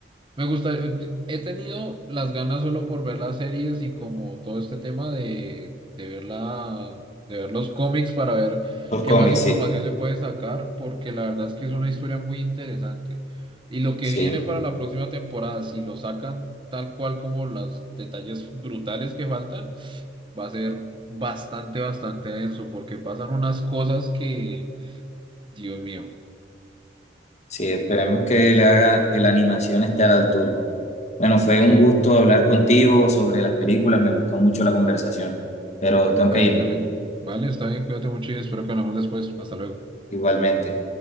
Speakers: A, on the right; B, on the left.
A: Me gusta, eh, he tenido las ganas solo por ver las series y como todo este tema de, de ver la, de ver los cómics para ver
B: Los
A: qué
B: cómics,
A: más información
B: sí.
A: se puede sacar, porque la verdad es que es una historia muy interesante. Y lo que
B: Sí,
A: viene para la próxima temporada, si lo sacan tal cual como los detalles brutales que faltan, va a ser bastante, bastante denso, porque pasan unas cosas que, Dios mío,
B: sí, esperemos que le haga, que la animación esté a la altura. Bueno, fue
A: sí,
B: un gusto hablar
A: bueno,
B: contigo sobre las películas, me gustó mucho la conversación, pero tengo
A: para
B: que irme
A: mí también. Vale, está bien, cuídate mucho y espero que hablemos después. Hasta luego.
B: igualmente.